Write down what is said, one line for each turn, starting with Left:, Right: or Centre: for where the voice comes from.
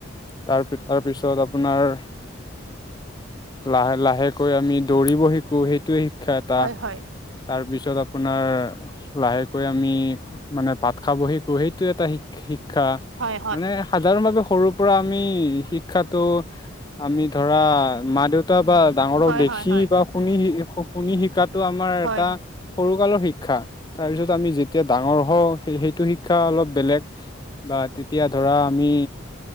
Left: তাৰ, তাৰপিছত আপোনাৰ লাহে, লাহেকৈ আমি দৌৰিব শিকো সেইটোয়ে শো শিক্ষা এটা
Right: হয় হয় হয় হয়
Left: তাৰপিছত আপোনাৰ লাহেক <unintelligible> আমি মানে ভাত খাব শিকো, সেইটো এটা শি-শিক্ষা
Right: হয় হয়
Left: মানে সাধাৰণ ভাৱে সৰু পৰা আমি শিক্ষাটো আমি ধৰা মা, দেউতা বা ডাঙৰক
Right: হয়
Left: দেখি
Right: হয় হয় হয়
Left: বা শুনি শ, শুনি, শিকাতো আমাৰ
Right: হয়
Left: এটা সৰু কালৰ শিক্ষা তাৰ পিছত আমি যেতিয়া ডাঙৰ হ সেইটো শিক্ষা অলপ বেলেগ বা তেতিয়া ধৰা আমি